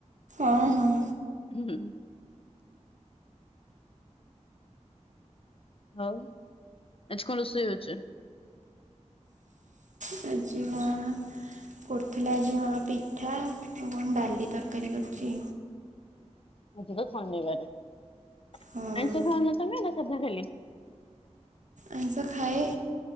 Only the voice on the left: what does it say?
ହୁଁ ଆଉ ଆଜି କଣ ରୋଷେଇ ହଉଚି?
ଆଜି ତ ଶନିବାରେ। ଆଇଁଷ
ଖାଉନ ତମେ ସାଧା ଖାଲି?